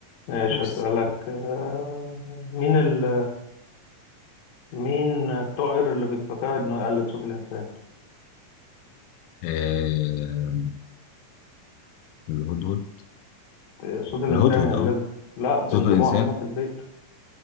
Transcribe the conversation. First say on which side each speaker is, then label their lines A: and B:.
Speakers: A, on the left; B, on the left.
A: ماشي
B: دوس
A: هسألك آه مين ال مين الطائر اللي بيستطيع انه يقلد صوت الانسان
B: آه الهدهد
A: آه، صوت الانسان
B: الهدهد
A: يقلده
B: اه
A: لا بنجيبوه
B: صوت الانسان
A: عندنا في البيت